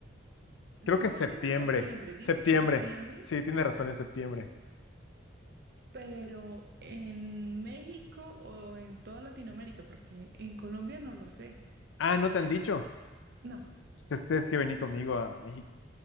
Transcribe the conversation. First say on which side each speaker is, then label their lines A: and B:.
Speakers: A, on the right; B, on the left.
A: Se
B: Creo que
A: supone
B: es septiembre.
A: que es en septiembre, dice
B: Septiembre.
A: que en septiembre,
B: Sí, tienes razón, en septiembre.
A: pero en México o en toda Latinoamérica, porque en Colombia no lo sé.
B: Ah, ¿no te han dicho?
A: No.
B: Entonces tienes que venir conmigo a México.